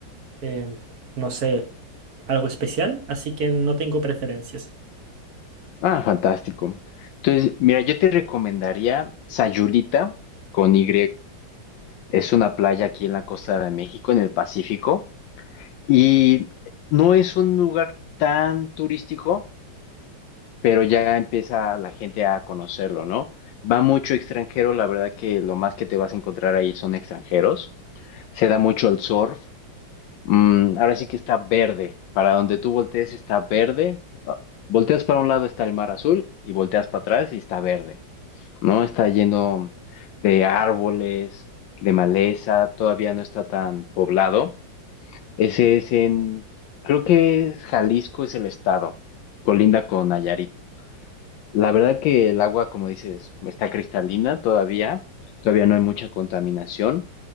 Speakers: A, on the right (about 55°); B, on the left (about 80°).
A: em, no sé, algo especial, así que no tengo preferencias.
B: Ah, fantástico. Entonces, mira, yo te recomendaría Sayulita con Y. Es una playa aquí en la costa de México, en el Pacífico, y no es un lugar tan turístico pero ya empieza la gente a conocerlo, ¿no? Va mucho extranjero, la verdad que lo más que te vas a encontrar ahí son extranjeros. Se da mucho el surf. Mm, ahora sí que está verde. Para donde tú voltees está verde. Ah, Volteas para un lado está el mar azul y volteas para atrás y está verde, ¿no? Está lleno de árboles, de maleza, todavía no está tan poblado. Ese es en, creo que es Jalisco es el estado, colinda con Nayarit. La verdad que el agua, como dices, está cristalina todavía, todavía no hay mucha contaminación.